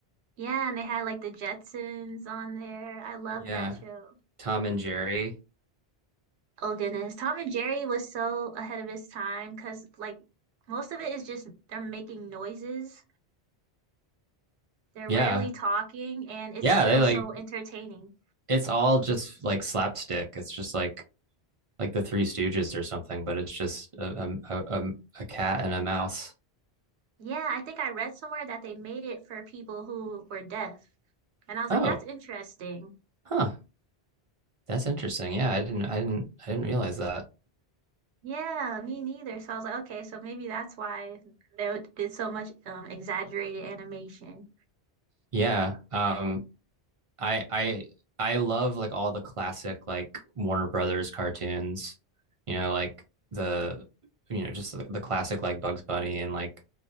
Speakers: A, on the right (about 80°); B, on the right (about 50°).
A: Yeah, and they had like the Jetsons on there. I loved
B: Yeah.
A: that show.
B: Tom and Jerry.
A: Oh goodness. Tom and Jerry was so ahead of his time because like most of it is just they're making noises. They're
B: Yeah.
A: rarely talking and it's
B: Yeah,
A: still
B: they like
A: so entertaining.
B: it's all just like slapstick. It's just like like the Three Stooges or something, but it's just a a a, a- cat and a mouse.
A: Yeah, I think I read somewhere that they made it for people who were deaf. And I was
B: Oh,
A: like, that's interesting.
B: huh. That's interesting. Yeah, I didn't I didn't I didn't realize that.
A: Yeah, me neither. So I was like, okay, so maybe that's why they did so much um, exaggerated animation.
B: Yeah. Um I I I love like all the classic like Warner Brothers cartoons, you know, like the you know just the, the classic like Bugs Bunny and like